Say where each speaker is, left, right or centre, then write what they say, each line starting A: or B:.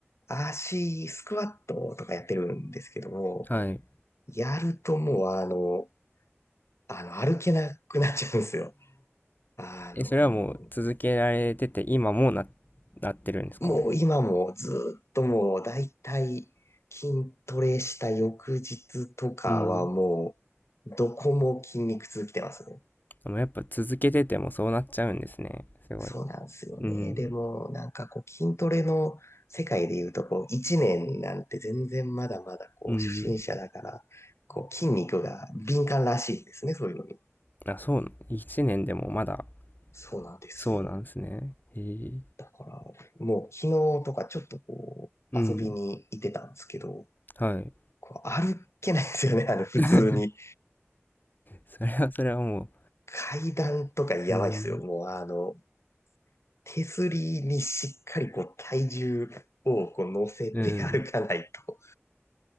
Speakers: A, on the left; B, on the left.
A: 足、スクワットとかやってるんですけども、
B: はい。
A: やるともうあの、あの、歩けなくなっちゃうんですよ。あの、
B: え、それはもう続けられてて今もうな、なってるんですか
A: もう今もずっともうだいたい筋トレした翌日とかはもう、
B: うん。
A: どこも筋肉痛きてますね。
B: でもやっぱ続けててもそうなっちゃうんですね。すごい。
A: そうなんですよね。
B: うん。
A: でも、なんかこう筋トレの世界で言うと、こう1年なんて全然まだまだこう初心者だから、
B: うん。
A: こう筋肉が敏感らしいですね、そういうのに。
B: あ、そう、1年でもまだ、
A: そうなんですよ。
B: そうなんですね。へえ。
A: だから、もう昨日とかちょっとこう、
B: うん。
A: 遊びに行ってたんですけど、
B: はい。
A: こう歩けないですよね、あの、普通に。
B: <laughs> それはそれはも
A: 階段とかやばいっすよ。
B: う、うん。
A: もうあの、手すりにしっかりこう体重をこう乗せて歩かないと、
B: うん。